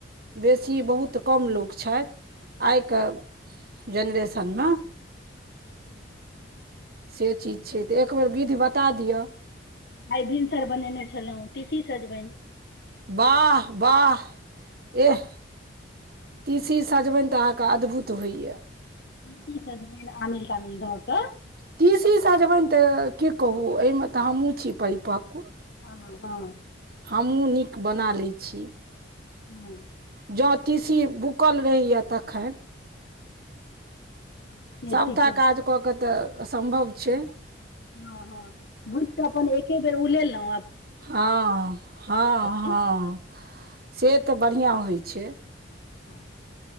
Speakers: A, on the right (about 50°); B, on the left (about 60°).
A: बेसी बहुत कम लोक छथ आइके जनरेसन म
B: हू
A: से चीज छै तऽ एकबर विधि बता दिअ
B: आई भिनसर बनेने छलहुं तीसी सजबनि
A: वाह वाह एह तीसी सजवनि तऽ अहाँके अद्भुत होइया
B: तीसी सजमेन आमिल तामिल धकऽ
A: ती सी सजबनि तऽ की कहू एहिमे तऽ हमहुँ छी परिपक्व
B: हँ हँ
A: हमहुँ नीक बना लैइय छी
B: हूँ
A: जँ तीसी भूकल रहैया तखन
B: से
A: सभटा
B: ठीक रहै
A: काज कऽ के तऽ सम्भव छै
B: हँ हँ भुजक अपन एके बेर उलेलउ
A: हँ हँ हँं
B: दिन
A: से तऽ बढ़िआ होइ छै
B: हँ